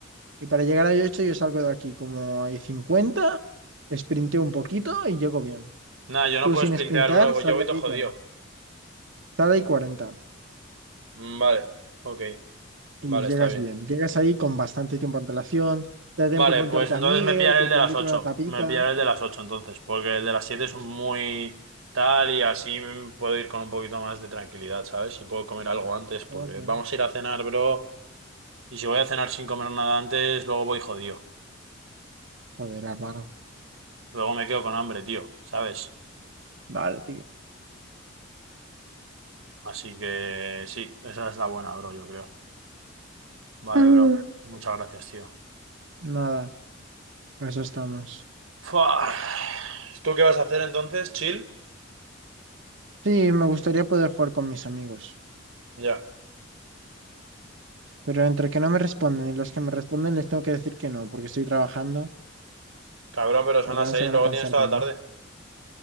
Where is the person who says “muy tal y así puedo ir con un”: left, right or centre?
Right